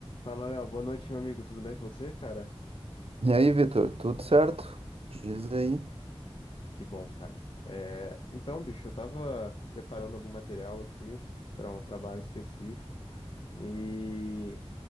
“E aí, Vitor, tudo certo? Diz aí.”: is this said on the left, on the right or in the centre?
Right